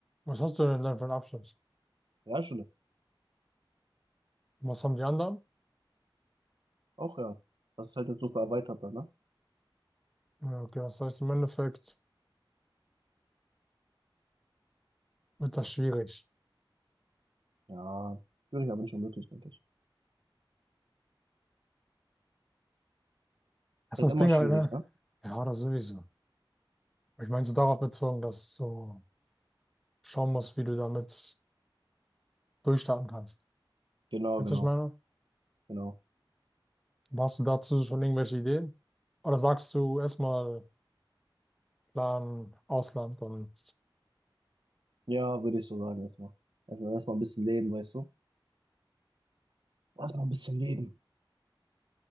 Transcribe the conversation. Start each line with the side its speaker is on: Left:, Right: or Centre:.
Centre: Was hast du denn dann für einen Abschluss?
Right: Realschule.
Centre: Was haben die anderen?
Right: Auch ja. Das ist halt jetzt so erweitert, ne?
Centre: Ja, okay, das heißt, im Endeffekt wird das schwierig.
Right: Ja, schwierig, aber nicht unmöglich, denke ich.
Centre: Das
Right: Ist Halt
Centre: ist das
Right: immer
Centre: Ding
Right: schwierig,
Centre: halt, ne?
Right: ne?
Centre: Ja, das sowieso. Ich meine, so darauf bezogen, dass du schauen musst, wie du damit durchstarten kannst.
Right: Genau,
Centre: Weißt
Right: genau,
Centre: du, was ich meine?
Right: genau.
Centre: Hast du dazu schon irgendwelche Ideen? Oder sagst du erstmal Plan Ausland und
Right: Ja, würde ich so sagen erstmal. Also erstmal ein bisschen leben, weißt du? Erstmal ein bisschen leben.